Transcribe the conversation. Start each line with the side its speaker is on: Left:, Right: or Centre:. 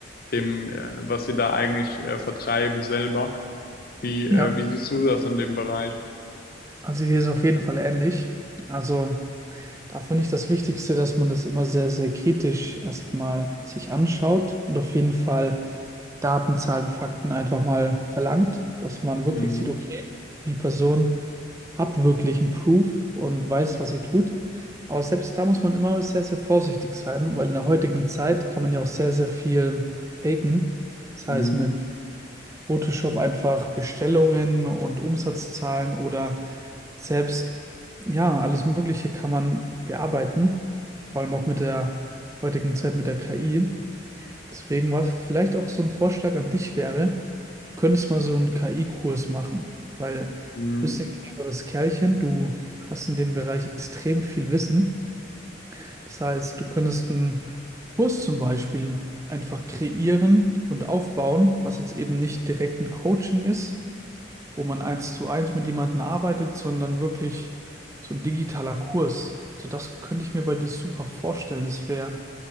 Left: dem, äh, was sie da eigentlich äh, vertreiben selber. Wie, äh,
Right: Ja,
Left: wie siehst du das in dem Bereich?
Right: also hier ist auf jeden Fall ähnlich. Also da finde ich das Wichtigste, dass man das immer sehr, sehr kritisch erstmal sich anschaut und auf jeden Fall Daten, Zahlen, Fakten einfach mal verlangt, dass man wirklich
Left: Mhm.
Right: sieht, okay, die Person hat wirklich einen Proof und weiß, was sie tut. Aber selbst da muss man immer sehr, sehr vorsichtig sein, weil in der heutigen Zeit kann man ja auch sehr, sehr viel faken. Das heißt,
Left: Mhm.
Right: mit Photoshop einfach Bestellungen und Umsatzzahlen oder selbst, ja, alles Mögliche kann man bearbeiten. Vor allem auch mit der heutigen Zeit mit der KI. Deswegen war vielleicht auch so ein Vorschlag an dich wäre, könntest mal so einen KI-Kurs machen, weil
Left: Mhm.
Right: du bist ein cleveres Kerlchen, du hast in dem Bereich extrem viel Wissen. Das heißt, du könntest einen Kurs zum Beispiel einfach kreieren und aufbauen, was jetzt eben nicht direkt ein Coaching ist, wo man eins zu eins mit jemandem arbeitet, sondern wirklich so ein digitaler Kurs. So das könnte ich mir bei dir super vorstellen. Das wäre,